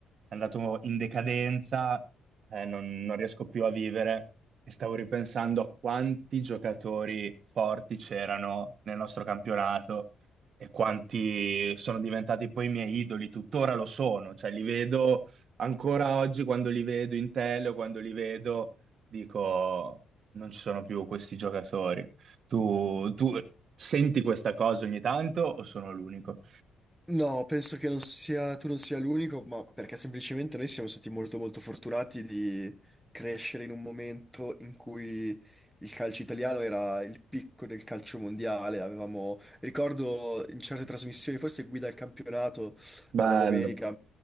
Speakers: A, on the right; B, in the centre.
A: è andato in decadenza, eh, non, non riesco più a vivere e stavo ripensando a quanti giocatori forti c'erano nel nostro campionato e quanti sono diventati poi i miei idoli, tuttora lo sono, cioè li vedo ancora oggi quando li vedo in tele o quando li vedo, dico non ci sono più questi giocatori. Tu, tu senti questa cosa ogni tanto o sono l'unico?
B: No, penso che non sia, tu non sia l'unico, ma perché semplicemente noi siamo stati molto molto fortunati di crescere in un momento in cui il calcio italiano era il picco del calcio mondiale. Avevamo, ricordo in certe trasmissioni, forse Guida al campionato,
A: Bello.
B: eh, la domenica,